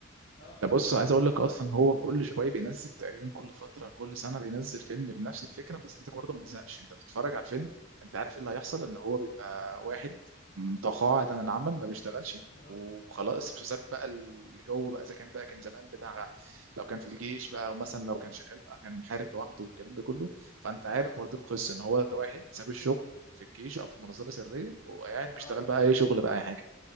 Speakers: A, on the left; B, on the right.
A: اه
B: ده بص عايز اقول لك اصلا هو كل شويه بينزل تقريبا كل فتره كل سنه بينزل فيلم بنفس الفكره بس انت برضه ما بتزهقش انت بتتفرج على الفيلم انت عارف ايه اللي هيحصل ان هو بيبقى واحد متقاعد
A: ايوه
B: عن العمل ما بيشتغلش
A: ايوه
B: وخلاص
A: بالظبط
B: وساب بقى اللي جوه بقى اذا كان بقى كان زمان بتاع لو كان في الجيش بقى او مثلا لو كان شغال بقى كان محارب لوحده والكلام ده كله فانت عارف
A: اه
B: برضه القصه ان هو ده واحد ساب الشغل في الجيش او في منظمه سريه وقاعد بيشتغل
A: اه
B: بقى اي شغل بقى اي حاجه